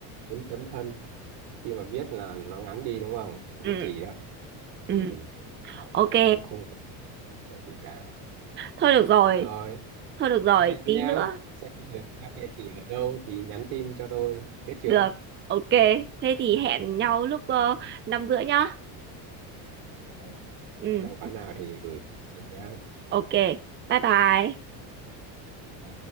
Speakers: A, on the right; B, on the right.
A: biến tấm thân khi mà viết là nó ngắn đi đúng không bút
B: ừ,
A: chì đó
B: ừ,
A: ừ. Đấy,
B: ok
A: rồi nó cũng không có chuyện gì cả
B: thôi được rồi
A: rồi
B: thôi được rồi
A: đây nhá
B: tí nữa
A: xem thử các địa chỉ ở đâu thì nhắn tin cho tôi biết chưa
B: được ok thế thì hẹn nhau lúc uh, năm rưỡi nhá
A: Rồi,
B: ừ,
A: xem quán nào thì gửi cho nhá
B: ok bye bye
A: Ờ,